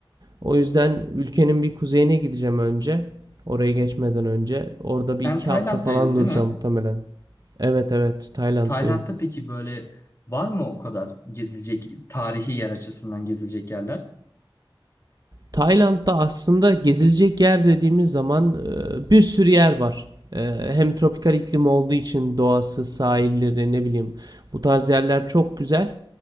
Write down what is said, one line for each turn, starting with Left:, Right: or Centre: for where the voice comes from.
Right: O yüzden ülkenin bir kuzeyine gideceğim önce. Oraya geçmeden önce. Orada bir
Left: Sen
Right: iki
Left: Tayland'daydın
Right: hafta falan duracağım
Left: değil mi?
Right: muhtemelen. Evet evet Tayland'dayım.
Left: Tayland'da peki böyle var mı o kadar gezilecek tarihi yer açısından gezilecek yerler?
Right: Tayland'da aslında gezilecek yer dediğimiz zaman e, bir sürü yer var. E, Hem tropikal iklim olduğu için doğası, sahilleri, ne bileyim bu tarz yerler çok güzel.